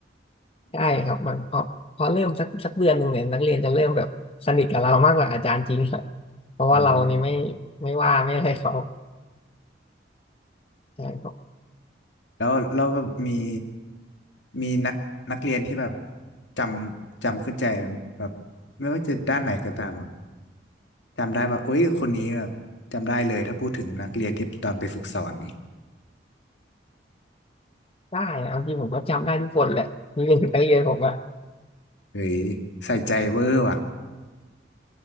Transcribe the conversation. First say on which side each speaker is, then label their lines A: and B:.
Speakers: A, on the left; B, on the left.
A: ๆใช่ครับมันพอพอเริ่มสักสักเดือนหนึ่งเนี่ยนักเรียนจะเริ่มแบบสนิทกับเรามากกว่าอาจารย์จริงครับเพราะว่าเรานี่ไม่
B: อ่า
A: ไม่ว่าไม่อะไรเขาใช่ครับ
B: แล้วแล้วเราแบบมีมีนักนักเรียนที่แบบจำจำขึ้นใจไหมแบบไม่ว่าจะด้านไหนก็ตาม จำได้แบบเอ้ย คนนี้แบบจำได้เลยถ้าพูดถึงนักเรียนที่ตอนไปฝึกสอนนี่
A: ได้นะเอาจริงผมก็จำได้ทุกคนแหละนี่เป็นนักเรียนผมอะ
B: เฮ้ยใส่ใจเวอร์ว่ะ